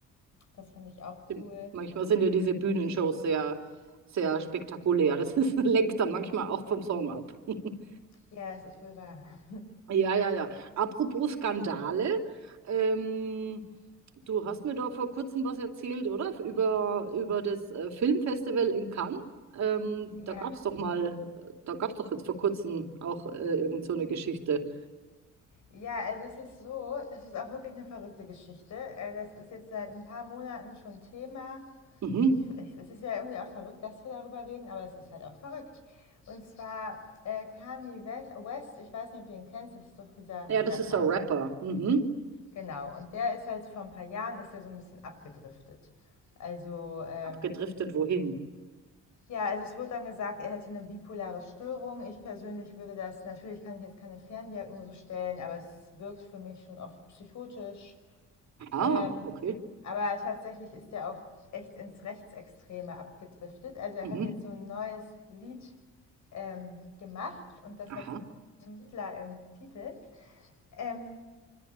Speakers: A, on the left; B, on the right.
A: Das fand ich auch
B: stimmt.
A: cool.
B: manchmal sind ja diese Bühnenshows sehr, sehr spektakulär. Das ist, <laughs> lenkt dann manchmal auch vom Song ab. <laughs>
A: Ja, das ist wohl wahr.
B: Ja, ja, ja. Apropos Skandale, ähm, du hast mir da vor kurzem was erzählt, oder? Über, über das äh, Filmfestival in Cannes. Ähm,
A: Ja.
B: da gab es doch mal, da gab es doch jetzt vor kurzem auch äh, irgend so eine Geschichte.
A: Ja, also es ist so, das ist auch wirklich eine verrückte Geschichte. Äh, Das ist jetzt seit ein paar Monaten schon Thema.
B: Mhm.
A: Ich, ich, es ist ja irgendwie auch verrückt, dass wir darüber reden, aber es ist halt auch verrückt. Und zwar äh, Kanye West, ich weiß nicht, ob du ihn kennst, das ist doch dieser
B: Ja,
A: Rapper.
B: das ist ein Rapper. Mhm.
A: Genau, und der ist halt vor ein paar Jahren, ist er so ein bisschen abgedriftet. Also, ähm,
B: Abgedriftet wohin?
A: ja, also es wurde dann gesagt, er hätte eine bipolare Störung. Ich persönlich würde das, natürlich kann ich jetzt keine Ferndiagnose stellen, aber es wirkt für mich schon oft psychotisch Ähm,
B: Aha, okay.
A: aber tatsächlich ist er auch echt ins Rechtsextreme abgedriftet. Also er
B: Mhm.
A: hat jetzt so ein neues Lied ähm, gemacht und das
B: Aha,
A: hat zum Hitler im Titel. Ähm,